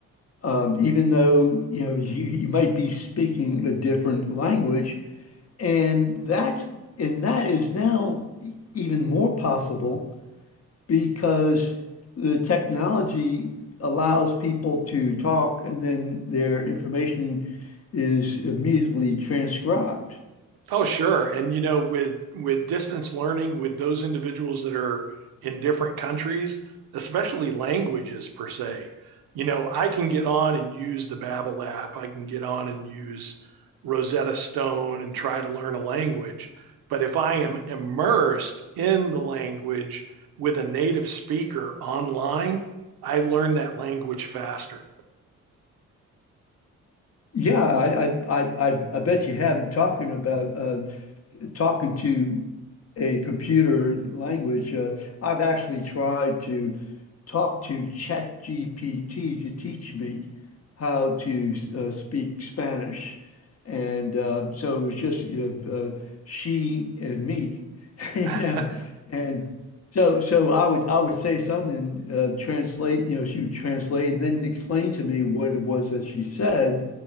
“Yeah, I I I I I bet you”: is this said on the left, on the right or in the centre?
Left